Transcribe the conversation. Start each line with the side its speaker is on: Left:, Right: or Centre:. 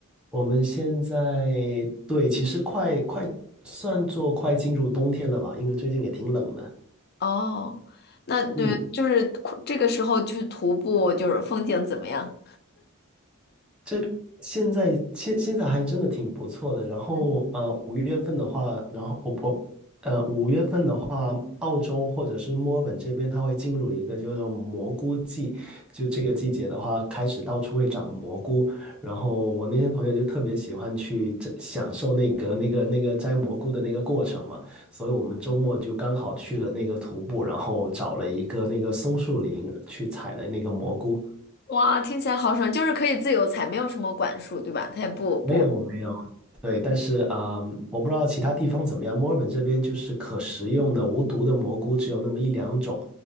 Centre: 我们现在对，其实快快算作快进入冬天了吧，因为最近也挺冷的。
Left: 哦，那对，
Centre: 嗯，
Left: 就是这个时候去徒步，就是风景怎么样？
Centre: 这现在现现在还真的挺不错的。然后呃，
Left: 嗯，
Centre: 五月份的话，然后我我呃五月份的话，澳洲或者是墨尔本这边，它会进入一个叫做蘑菇季。就这个季节的话，开始到处会长蘑菇。然后我那些朋友就特别喜欢去这享受那个那个那个摘蘑菇的那个过程嘛。所以我们周末就刚好去了那个徒步，然后找了一个那个松树林去采了那个蘑菇。
Left: 哇，听起来好爽，就是可以自由采，没有什么管束，对吧？他也不不，
Centre: 没有没有，对，但是啊嗯我不知道其他地方怎么样。墨尔本这边就是可食用的无毒的蘑菇只有那么一两种，